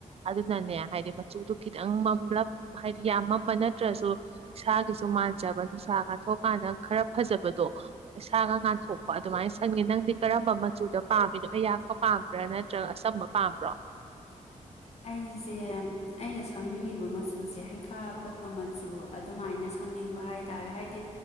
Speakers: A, on the right (about 50°); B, on the left (about 50°).
A: ꯑꯗꯨꯅꯅꯦ ꯍꯥꯏꯗꯤ ꯃꯆꯨꯗꯨ ꯈꯤꯇꯪ ꯃꯝꯂꯞ ꯍꯥꯏꯗꯤ ꯌꯥꯝ ꯃꯝꯕ ꯅꯠꯇ꯭ꯔꯁꯨ ꯏꯁꯥꯒꯤꯁꯨ ꯃꯥꯟꯖꯕ ꯅꯨꯡꯁꯥ ꯀꯥꯊꯣꯛꯑꯀꯥꯟꯗ ꯈꯔ ꯐꯖꯕꯗꯣ ꯏꯁꯥꯒ ꯉꯥꯟꯊꯣꯛꯄ ꯑꯗꯨꯃꯥꯏꯅ ꯁꯪꯒꯦ ꯅꯪꯗꯤ ꯀꯔꯝꯕ ꯃꯆꯨꯗ ꯄꯥꯝꯃꯤꯅꯣ ꯑꯩꯌꯥꯛꯄ ꯄꯥꯝꯕ꯭ꯔꯥ ꯅꯠꯇ꯭ꯔꯒ ꯑꯆꯝꯕ ꯄꯥꯝꯕ꯭ꯔꯣ
B: ꯑꯩꯁꯦ ꯑꯩꯅ ꯁꯪꯅꯤꯡꯉꯤꯕ ꯃꯆꯨꯁꯦ ꯍꯩꯈꯥ ꯑꯄꯠꯄ ꯃꯆꯨ ꯑꯗꯨꯃꯥꯏꯅ ꯁꯪꯅꯤꯡꯕ ꯍꯥꯏ ꯇꯥꯔꯦ ꯍꯥꯏꯗꯤ